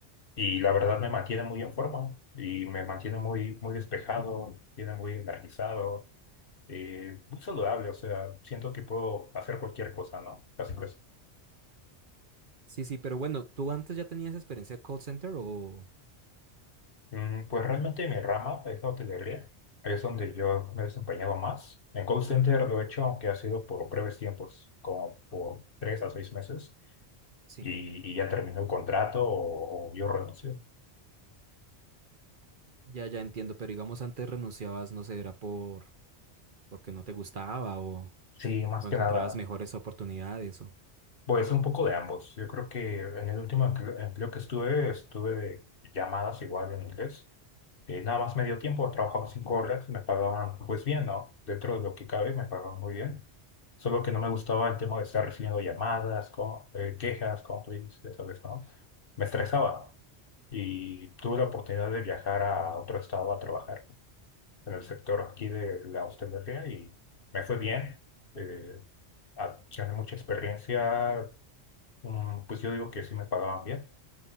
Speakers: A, on the left; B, on the right.
A: Y la verdad me mantiene muy en forma y me mantiene muy, muy despejado, tiene muy energizado, eh, muy saludable. O sea, siento que puedo hacer cualquier cosa, ¿no? Así que,
B: Sí, sí, pero bueno, ¿tú antes ya tenías experiencia de call center o...?
A: Mm, pues realmente mi rama es la hotelería. Es donde yo me he desempeñado más. En call center lo he hecho, aunque ha sido por breves tiempos, como por tres a seis meses,
B: Sí,
A: y, y ya terminó el contrato o, o yo renuncio.
B: ya, ya entiendo, pero digamos antes renunciabas, no sé, era por... porque no te gustaba o,
A: Sí, más
B: o
A: que
B: encontrabas
A: nada.
B: mejores oportunidades o...
A: Pues un poco de ambos. Yo creo que en el último empleo empleo que estuve, estuve de llamadas igual en inglés. Eh, nada más medio tiempo, trabajaba cinco horas, me pagaban pues bien, ¿no? Dentro de lo que cabe, me pagaban muy bien. Solo que no me gustaba el tema de estar recibiendo llamadas, co- eh, quejas, complaints, ya sabes, ¿no? Me estresaba y tuve la oportunidad de viajar a otro estado a trabajar en el sector aquí de la hostelería y me fue bien. Eh, a- gané mucha experiencia, Mm, Pues yo digo que sí me pagaban bien